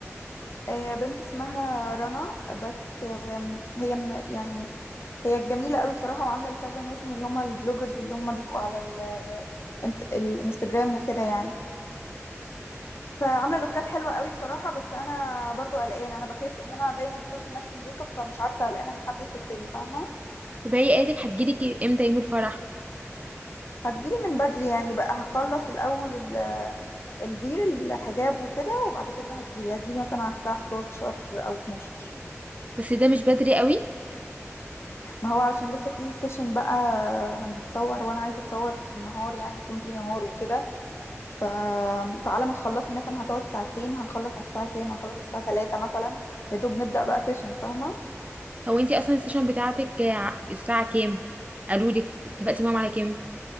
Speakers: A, on the left; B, on the right.
A: آه، بنت اسمها رنا بس آم، هي من يعني هي جميلة قوي بصراحة وعاملة لكذا ناس من اللي هم البلوجرز اللي هم بيبقوا على ال- الانت- الانستجرام وكده يعني فعاملة لوكات حلوة قوي بصراحة بس انا برضو قلقانة انا بخاف لان انا دايما بحط لنفسي الميك اب فمش عارفة قلقانة ان حد يحط لي فاهمة
B: طب هي قالت لك هتجيلك امتى يوم الفرح
A: هتجيلي من بدري يعني بقى هخلص الأول ال الفيل الحجاب وكده وبعد كده هتجيلي هتجيلي مثلا على الساعة 11 أو 12
B: بس ده مش بدري قوي
A: ما هو علشان لسه في سيشن بقى هنتصور وأنا عايزة أتصور في النهار يعني يكون في نهار وكده ف... فعلى ما تخلصني مثلا هتقعد ساعتين هنخلص على الساعة كام هنخلص على الساعة 3 مثلا يا دوب نبدأ بقى سيشن فاهمة
B: هو انتي اصلا السيشن بتاعتك ع- الساعة كام قالوا لك اتفقتي معاهم على كام